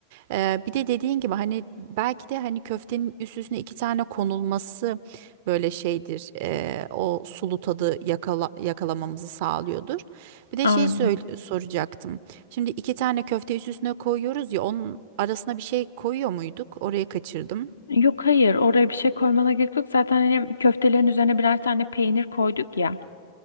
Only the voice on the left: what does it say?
Aynen.
Yok hayır oraya bir şey koymana gerek yok. Zaten hani köftelerin üzerine birer tane peynir koyduk ya.